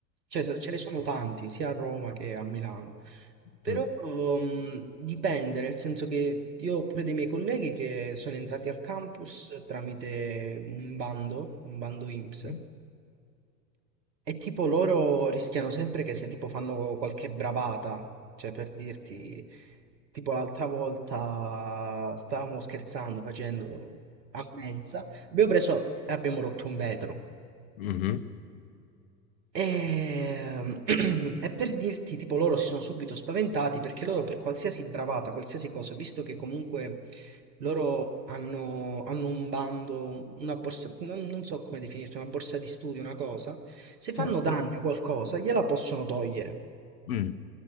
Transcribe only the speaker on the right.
Cioè se- ce ne sono tanti, sia a Roma che a Milano. Però
mh, dipende, nel senso che io ho pure dei miei colleghi che sono entrati al campus tramite un bando, un bando INPS,
e tipo loro rischiano sempre che se tipo fanno qualche bravata, cioè per dirti, tipo l'altra volta stavamo scherzando facendo a mensa, abbiamo preso e abbiamo rotto un vetro.
Ehm, <clears throat> e per dirti, tipo, loro si sono subito spaventati perché loro per qualsiasi bravata, qualsiasi cosa, visto che comunque loro hanno, hanno un bando, una borsa, non, non so come definirsi, una borsa di studio, una cosa, se fanno
danni o qualcosa, gliela possono togliere.